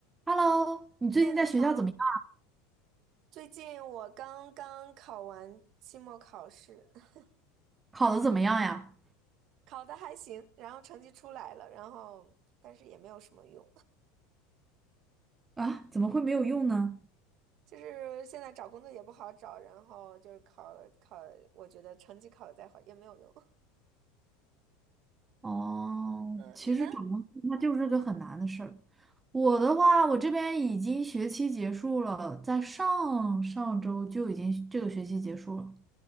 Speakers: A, on the right; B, on the right.
A: Hello，你最近在学校怎么样？
B: 对，你好。最近我刚刚考完期末考试，<laughs>
A: 考得怎么样呀？
B: 考的还行，然后成绩出来了，然后但是也没有什么用，
A: 啊，怎么会没有用呢？
B: <laughs> 就是现在找工作也不好找，然后就是考考，我觉得成绩考的再好也没有用。
A: 哦，
B: <laughs> 嗯，
A: 其实找工作它就是个很难的事儿。
B: 你呢？
A: 我的话，
B: 嗯，
A: 我这边已经学期结束了，在上上周就已经这个学期结束了。